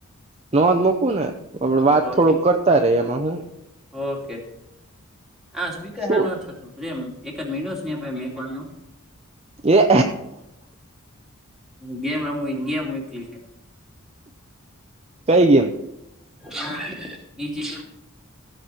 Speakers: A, on the right; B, in the centre.
A: નોંધ મોકું ને આપ
B: હા
A: વાત
B: તો
A: થોડુંક
B: ઠીક
A: કરતા રે એમાં હું
B: ઓકે હા સ્પીકર
A: શું
B: સારું નથ થતું તેમ એક જ મીનિત સ્નેહ ભાઈ <unintelligible>
A: એ
B: ગેમ રમ ગેમ નીકલી છે
A: કઈ ગેમ
B: હા એ જે